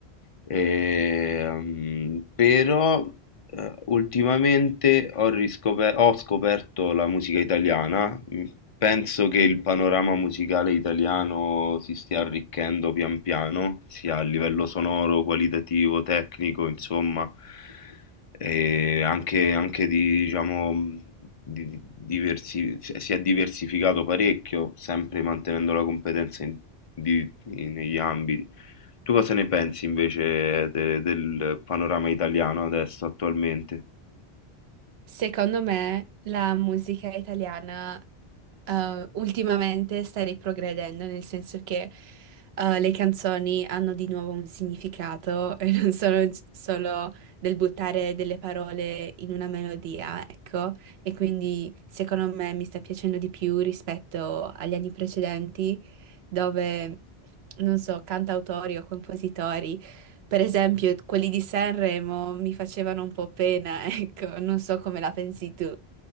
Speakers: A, on the left; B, on the right.
A: E, mm, però eh, ultimamente ho, riscoper- ho scoperto la musica italiana. Mm, Penso che il panorama musicale italiano si stia arricchendo pian piano, sia a livello sonoro, qualitativo, tecnico, insomma, e anche, anche di, diciamo, di- diversi- si è diversificato parecchio, sempre mantenendo la competenza in- di- negli ambiti. Tu cosa ne pensi invece de- del panorama italiano adesso, attualmente?
B: Secondo me la musica italiana eh, ultimamente sta riprogredendo, nel senso che eh, le canzoni hanno di nuovo un significato <laughs> e non sono gi- solo del buttare delle parole in una melodia, ecco, e quindi secondo me mi sta piacendo di più rispetto agli anni precedenti dove, non so, cantautori o compositori, per esempio quelli di Sanremo, mi facevano un po' pena, <laughs> ecco, non so come la pensi tu.